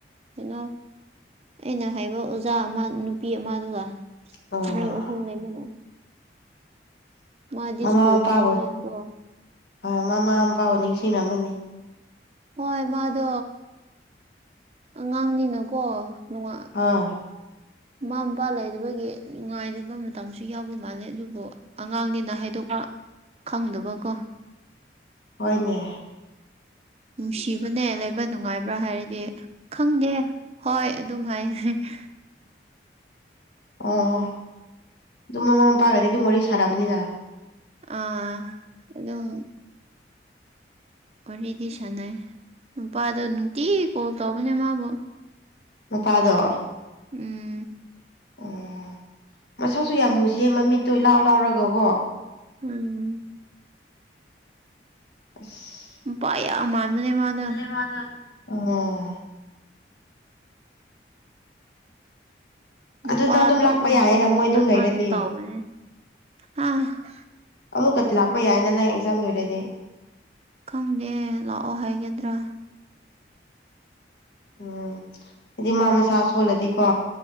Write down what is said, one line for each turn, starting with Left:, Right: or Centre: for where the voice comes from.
Right: ꯀꯩꯅꯣ ꯑꯩꯅ ꯍꯥꯏꯕ ꯑꯣꯖꯥ ꯑꯃ ꯅꯨꯄꯤ ꯑꯃꯗꯨꯒ
Left: ꯑꯣ
Right: ꯃꯣꯏ ꯑꯍꯨꯝ ꯂꯩꯃꯤꯟꯅꯩ ꯃꯥꯗꯤ
Left: ꯃꯃꯥ
Right: ꯁ꯭ꯀꯨꯜ
Left: ꯃꯄꯥꯕꯨ
Right: ꯀꯥꯕꯅꯤꯅꯀꯣ
Left: ꯍꯣꯏ ꯃꯃꯥ ꯃꯄꯥꯕꯨ ꯅꯤꯡꯁꯤꯡꯂꯝꯃꯅꯤ
Right: ꯍꯣꯏ ꯃꯥꯗꯣ ꯑꯉꯥꯡꯅꯤꯅꯀꯣ ꯅꯨꯡꯉꯥꯏ
Left: ꯑꯥ
Right: ꯃꯃꯥ ꯃꯄꯥ ꯂꯩꯇꯕꯒꯤ ꯅꯨꯡꯉꯥꯏꯗꯕ ꯃꯇꯝꯁꯨ ꯌꯥꯎꯕ ꯃꯥꯜꯂꯦ ꯑꯗꯨꯕꯨ ꯑꯉꯥꯡꯅꯤꯅ ꯍꯥꯏꯗꯣꯛꯄ ꯈꯪꯗꯕꯀꯣ
Left: ꯍꯣꯏꯅꯦ
Right: ꯅꯨꯡꯁꯤꯕꯅꯦ ꯂꯩꯕ ꯅꯨꯡꯉꯥꯏꯕ꯭ꯔ ꯍꯥꯏꯔꯗꯤ ꯈꯪꯗꯦ ꯍꯣꯏ ꯑꯗꯨꯝ ꯍꯥꯏ <unintelligible>
Left: ꯑꯣ ꯑꯗꯨꯝ ꯃꯃꯥ ꯃꯄꯥꯒꯗꯤ ꯑꯗꯨꯝ ꯋꯥꯔꯤ ꯁꯥꯔꯝꯅꯤꯅ
Right: ꯑꯥ ꯑꯗꯨꯝ ꯋꯥꯔꯤꯗꯤ ꯁꯥꯟꯅꯩ ꯅꯨꯄꯥꯗꯣ ꯅꯨꯡꯇꯤꯒꯤ ꯀꯣꯜ ꯇꯧꯕꯅꯦ ꯃꯥꯕꯨ
Left: ꯅꯨꯄꯥꯗꯣ
Right: ꯎꯝ
Left: ꯑꯣ ꯃꯁꯛꯁꯨ ꯌꯥꯝ ꯅꯨꯡꯁꯤꯌꯦ ꯃꯃꯤꯠꯇꯣ ꯏꯂꯥꯎ ꯂꯥꯎꯔꯒꯀꯣ
Right: ꯎꯝ
Left: <inaudible>
Right: ꯅꯨꯄꯥ ꯌꯥꯝ ꯃꯥꯟꯕꯅꯦ ꯃꯥꯗꯣ
Left: <unintelligible> ꯑꯣ
Right: ꯃꯄꯥ
Left: ꯑꯗꯨ ꯅꯪ ꯑꯗꯨꯝ
Right: ꯇꯧꯕ
Left: ꯂꯥꯛꯄ ꯌꯥꯏꯌꯦꯅ
Right: ꯃꯋꫭꯡ
Left: ꯃꯣꯏ
Right: ꯈꯛꯇ
Left: ꯑꯗꯨꯝ ꯂꯩꯔꯗꯤ
Right: ꯃꯥꯁꯨ ꯇꯧꯕꯅꯦ <unintelligible>
Left: ꯑꯃꯨꯛꯀꯛꯇꯤ ꯂꯥꯛꯄ ꯌꯥꯏꯅ ꯅꯪ ꯑꯦꯛꯖꯥꯝ ꯂꯣꯏꯔꯗꯤ
Right: ꯈꯪꯗꯦ ꯂꯥꯛꯑꯣ ꯍꯥꯏꯒꯗ꯭ꯔ
Left: ꯎꯝ ꯍꯥꯏꯗꯤ ꯃꯥ ꯃꯁꯥ ꯁꯣꯜꯂꯗꯤꯀꯣ